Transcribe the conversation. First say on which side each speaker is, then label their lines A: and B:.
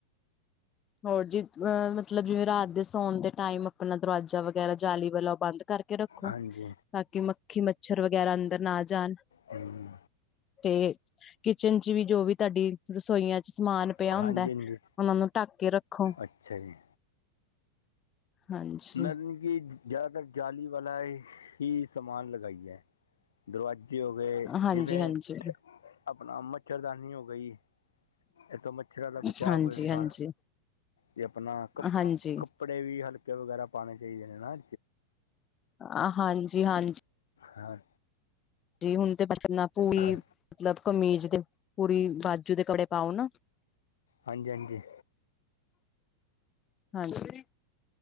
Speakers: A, on the left; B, on the left.
A: ਹੋਰ ਜੀ ਅ ਮਤਲਬ ਜਿਵੇਂ ਰਾਤ ਦੇ ਸੌਣ ਦੇ ਟਾਈਮ ਆਪਣਾ ਦਰਵਾਜ਼ਾ ਵਗੈਰਾ ਜਾਲੀ ਵਾਲਾੋਂ ਬੰਦ ਕਰਕੇ ਰੱਖੋ
B: ਹਾਂਜੀ
A: ਤਾਂ ਕਿ ਮੱਖੀ ਮੱਛਰ ਵਗੈਰਾ ਅੰਦਰ ਨਾ ਜਾਣ
B: ਹਮ।
A: ਤੇ ਕਿਚਨ ਚ ਵੀ ਜੋ ਵੀ ਤੁਹਾਡੀ ਰਸੋਈਆਂ ਚ ਸਮਾਨ ਪਿਆ
B: ਹਾਂਜੀ
A: ਹੁੰਦਾ
B: ਹਾਂਜੀ
A: ਉਹਨਾਂ ਨੂੰ ਚੱਕ ਕੇ ਰੱਖੋ
B: ਅੱਛਾ ਜੀ
A: ਹਾਂਜੀ
B: ਮੈਂ ਕਿ ਜ਼ਿਆਦਾਤਰ ਜਾਲੀ ਵਾਲਾ ਹੀ ਸਾਮਾਨ ਲਗਾਈ ਹੈ ਦਰਵਾਜ਼ੇ ਹੋ ਗਏ।
A: ਹਾਂਜੀ
B: ਜਿਵੇਂ
A: ਹਾਂਜੀ
B: ਆਪਣਾ ਮੱਛਰਦਾਨੀ ਹੋ ਗਈ। ਇਹ ਤਾਂ ਮੱਛਰਾਂ ਦਾ ਬਚਾ
A: ਹਾਂਜੀ
B: ਹੋਏਗਾ
A: ਹਾਂਜੀ
B: ਜੇ ਆਪਣਾ ਕ
A: ਹਾਂਜੀ
B: ਕੱਪੜੇ ਵੀ ਹਲਕੇ ਵਗੈਰਾ ਪਾਉਣੇ ਚਾਹੀਦੇ ਨੇ ਨਾ
A: ਆ ਹਾਂਜੀ ਹਾਂਜੀ
B: ਹਾਂ
A: ਜੀ ਹੁਣ ਤੇ ਬਨਾ ਪੂਰੀ
B: ਹਾਂ
A: ਮਤਲਬ ਕਮੀਜ਼ ਦੇ ਪੂਰੀ ਬਾਜੂ ਦੇ ਕਪੜੇ ਪਾਓ ਨਾ
B: ਹਾਂਜੀ ਹਾਂਜੀ
A: ਹਾਂਜੀ